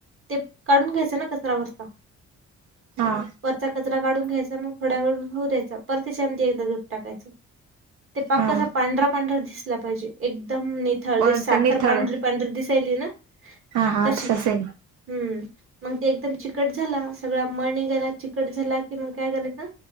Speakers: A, on the right (about 45°); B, on the right (about 80°).
A: ते काढून घ्यायचे ना कचरा वरता.
B: हा.
A: वरचा कचरा काढून घ्यायचा मग थोड्या वेळ होऊ द्यायचा पर त्याच्यामध्ये एकदा दूध टाकायचं ते पाक
B: हा
A: कसा पांढरा पांढरा दिसला पाहिजे. एकदम निथळ
B: एकदम
A: साखर
B: निथळ
A: पांढरी पांढरी दिसायली ना.
B: हा हा
A: तशीच
B: तसच आहे.
A: हम्म मग ते एकदम चिकट झाला सगळा मळ निघाला गला चिकट झाला कि मग काय करायचं.